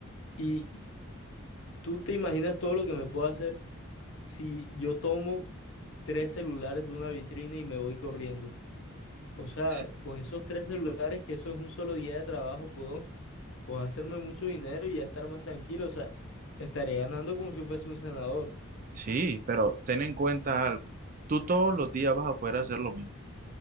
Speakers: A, on the left; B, on the right.
A: y tú te imaginas todo lo que me puedo hacer si yo tomo tres celulares de una vitrina y me voy corriendo. O sea,
B: Sí,
A: con esos tres celulares, que eso es un solo día de trabajo, puedo puedo hacerme mucho dinero y ya estar más tranquilo, o sea, estaré ganando como si fuese un senador.
B: sí, pero ten en cuenta algo. Tú todos los días vas a poder hacer lo mismo,